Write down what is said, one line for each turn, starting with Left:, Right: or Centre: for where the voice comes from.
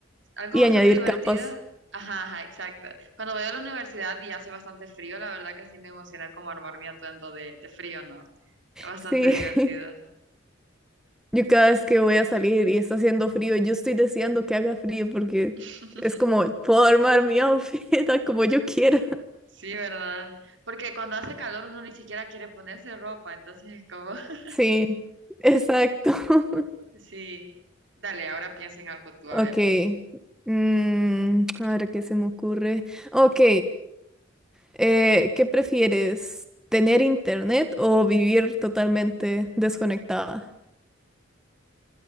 Right: Algo
Centre: y
Right: bastante
Centre: añadir
Right: divertido.
Centre: capas.
Right: Ajá, ajá, exacto. Cuando voy a la universidad y hace bastante frío, la verdad que sí me emociona como armar mi atuendo de, de frío, ¿no? Es bastante
Centre: Sí.
Right: divertido.
Centre: <laughs> Yo cada vez que voy a salir y está haciendo frío, yo estoy deseando que haga frío porque
Right: <laughs>
Centre: es como puedo armar mi <laughs> outfit a como yo quiera.
Right: Sí, ¿verdad? Porque cuando hace calor uno ni siquiera quiere ponerse ropa, entonces es como, <laughs>
Centre: Sí, exacto. <laughs>
Right: sí, dale, ahora piensa en algo tú, a
Centre: Ok.
Right: ver,
Centre: Mm, a ver qué se me ocurre. Ok. eh, ¿qué prefieres? ¿Tener internet o vivir totalmente desconectada?